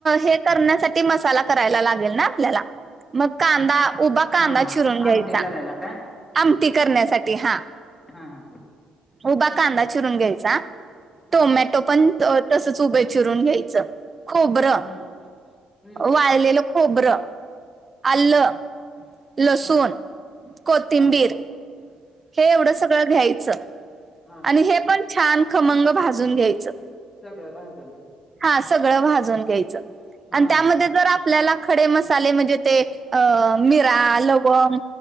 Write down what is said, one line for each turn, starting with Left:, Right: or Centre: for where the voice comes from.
Right: हे करण्यासाठी मसाला करायला लागेल ना आपल्याला. मग कांदा, उभा कांदा
Left: हा हा
Right: चिरून घ्यायचा.
Left: आमटी करायला काय
Right: आमटी करण्यासाठी हा.
Left: हा हा.
Right: उभा कांदा चिरून घ्यायचा.
Left: हा
Right: टोमॅटो पण तसच उभे चिरून घ्यायचं खोबरं
Left: हा हम्म
Right: वाळलेलं खोबरं. आलं,
Left: हा
Right: लसूण,
Left: हा
Right: कोथिंबीर,
Left: हा
Right: - हे एवढं सगळं घ्यायचं
Left: हा हा
Right: आणि हे पण छान खमंग भाजून घ्यायचं.
Left: सगळं भाजून घ्यायचं
Right: <inaudible> हा सगळं भाजून घ्यायच आणि
Left: हा
Right: त्यामध्ये
Left: हा
Right: जर आपल्याला खडे मसाले म्हणजे ते मिरा, लवंग,